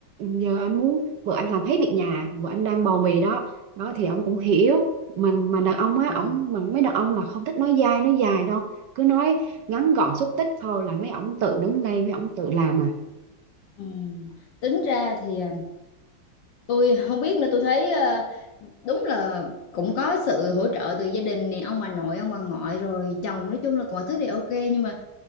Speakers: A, on the right; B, on the left.
A: giờ anh muốn vợ anh làm hết việc nhà vợ anh đang bầu bì đó đó thì ông cũng hiểu mà mà đàn ông á
B: ờ,
A: ổng mà mấy đàn ông là không thích nói dai nói dài đâu cứ nói ngắn gọn xúc tích thôi là mấy ổng tự đứng lên mấy ổng tự làm à
B: ừm. tính ra thì à, tôi không biết nữa tôi thấy ờ, đúng là cũng có sự hỗ trợ từ gia đình này ông bà nội ông bà ngoại rồi chồng nói chung là mọi thứ đều ok nhưng mà